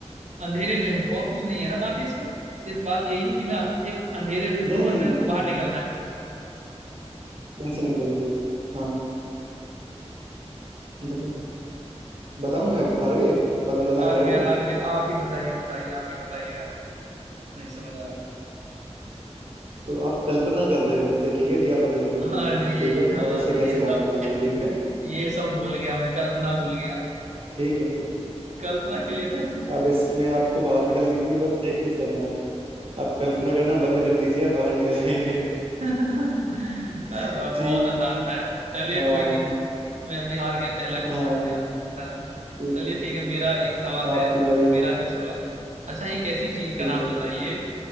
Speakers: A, on the right; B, on the right.
A: अंधेरे में हूँ और कुछ नहीं है ना बात है इसमें सिर्फ बात यही है कि मैं एक अंधेरे रूम
B: नहीं
A: में हूँ
B: नहीं
A: और मेरे
B: नहीं नहीं,
A: को बाहर निकलना है
B: कैसे निकलोगे हाँ बताओ बताऊं मैं अब हार गए पंद्रह लाख
A: हार
B: हार
A: गया
B: गए
A: हार गया आप ही बताइए बताइए आप ही बताइए यार नहीं समझ आ रहा
B: तो आप कल्पना कर रहे थे ठीक है कि आप अंधेरे कमरे
A: मैं
B: में हैं,
A: अरे
B: ठीक है और
A: यार
B: इससे कैसे
A: ये सब
B: बाहर निकलना है ठीक है
A: ये सब भूल गया मैं कल्पना भूल गया
B: ठीक है
A: कल्पना के लिए था
B: अब इसमें आपको बाहर निकलने के लिए बस एक चीज करना है आप कल्पना करना बंद कर दीजिए आप बाहर निकल आएंगे
A: <laughs> वाह,
B: <laughs>
A: वाह, बहुत
B: ठीक
A: आसान था यार चलिए
B: हाँ
A: कोई नहीं मैं भी हार गया पहला क्वेश्चन
B: हाँ
A: में आपके साथ में
B: ठीक
A: चलिए
B: है
A: ठीक है मेरा एक सवाल
B: आपकी
A: है
B: बारी
A: मेरा जो सवाल है अच्छा एक ऐसी चीज
B: ठीक
A: का नाम
B: है
A: बताइए